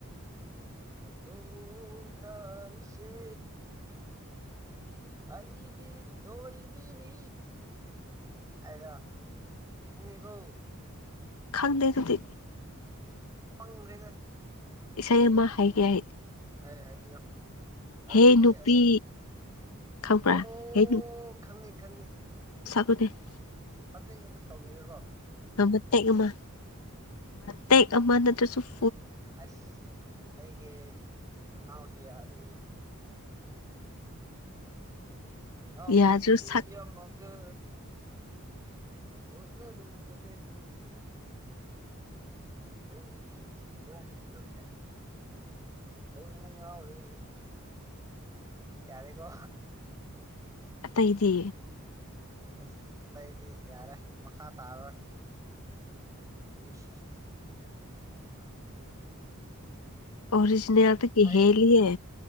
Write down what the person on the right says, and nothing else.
ꯅꯥꯏꯇꯣꯝ ꯇꯔꯤꯁꯦ ꯑꯩꯏꯒꯤ ꯊꯣꯏꯕꯤꯅꯤ ꯍꯥꯏꯗ ꯇꯨꯡ ꯍꯒꯣ <inaudible>
ꯐꯪꯈ꯭ꯔꯦꯗ ꯅꯪꯁꯤ
ꯍꯥꯏꯕꯤꯌꯣ ꯍꯧꯖꯤꯛꯄꯨꯗꯤ
ꯑꯁ
ꯑꯣ
ꯈꯪꯉꯤ ꯈꯪꯉꯤ
ꯃꯇꯦꯡ ꯑꯃꯇ ꯇꯧꯈꯤꯀꯦꯒꯣ
ꯑꯁ ꯑꯩꯒꯤ ꯈꯨꯅꯥꯎꯁꯤ ꯌꯥꯗꯦꯅꯦ ꯑꯉꯥꯎꯕꯤ
ꯑꯃꯒ ꯀ ꯂꯣꯏꯅꯔꯨꯕꯗꯒꯤ ꯑꯩꯈꯣꯢ ꯄꯨꯝꯅꯃꯛ ꯂꯣꯏꯅ ꯉꯥꯎꯔꯦ ꯌꯥꯔꯦ ꯀꯣ
ꯑꯩꯁ ꯑꯇꯩꯗꯤ ꯌꯥꯔꯦ ꯃꯈꯥ ꯇꯥꯔꯔꯣꯏ ꯆꯁ <unintelligible>
ꯅꯪ ꯑꯩ